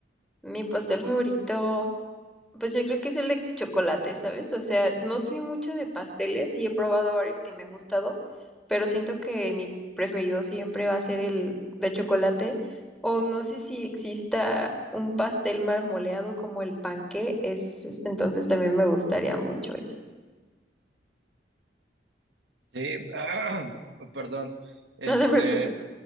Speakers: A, in the centre; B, on the right.
A: Mi pastel favorito. Pues yo creo que es el de chocolate, ¿sabes? O sea, no soy mucho de pasteles y he probado varios que me han gustado, pero siento que mi preferido siempre va a ser el de chocolate. O no sé si exista un pastel marmoleado como el panqué, es, es- entonces también me gustaría mucho ese.
B: Sí, <clears throat> perdón.
A: <laughs>
B: Este,
A: No te preocupes.